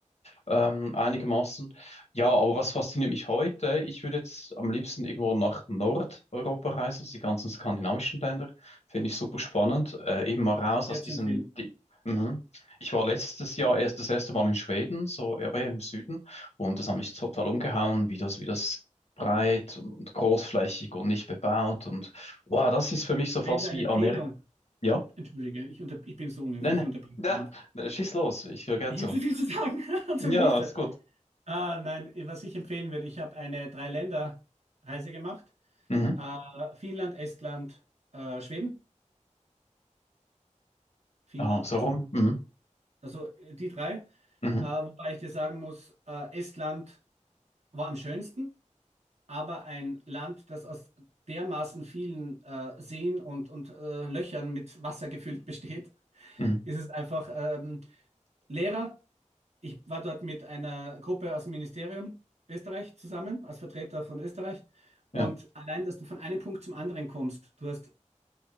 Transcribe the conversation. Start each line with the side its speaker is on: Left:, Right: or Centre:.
Left: ähm, einigermaßen. Ja, aber was fasziniert mich heute? Ich würde jetzt am liebsten irgendwo nach Nordeuropa reisen, also die ganzen skandinavischen Länder. Finde ich super spannend. Äh, eben mal raus aus
Right: sehr
Left: diesem.
Right: zu empfehlen.
Left: Di mhm. Ich war letztes Jahr erst das erste Mal in Schweden, so ja, aber eher im Süden, und das hat mich total umgehauen, wie das, wie das breit und, und großflächig und nicht bebaut und wow, das ist für mich so fast
Right: Wenn du eine
Left: wie
Right: Empfehlung,
Left: Amerika. Ja,
Right: entschuldige, ich, unter, ich bin so unhöflich,
Left: nein, nein,
Right: ich unterbreche
Left: <laughs>
Right: dauernd.
Left: ja, schieß los, ich höre gern
Right: Ich
Left: zu.
Right: habe zu viel zu sagen <laughs> und
Left: Ja,
Right: zu wenig Zeit.
Left: ist gut.
Right: Ah, nein, was ich empfehlen würde, ich habe eine Drei-Länder-Reise gemacht.
Left: Mhm.
Right: Äh, Finnland, Estland, äh, Schweden. Finnland,
Left: Ah, so
Right: Estland.
Left: rum. Mhm.
Right: Also äh, die drei.
Left: Mhm.
Right: Äh, wobei ich dir sagen muss, äh, Estland war am schönsten, aber ein Land, das aus dermaßen vielen äh, Seen und, und äh, Löchern mit Wasser gefüllt besteht,
Left: Mhm.
Right: ist es einfach, ähm, Lehrer. Ich war dort mit einer Gruppe aus dem Ministerium Österreich zusammen, als Vertreter von Österreich.
Left: Ja.
Right: Und allein, dass du von einem Punkt zum anderen kommst, du hast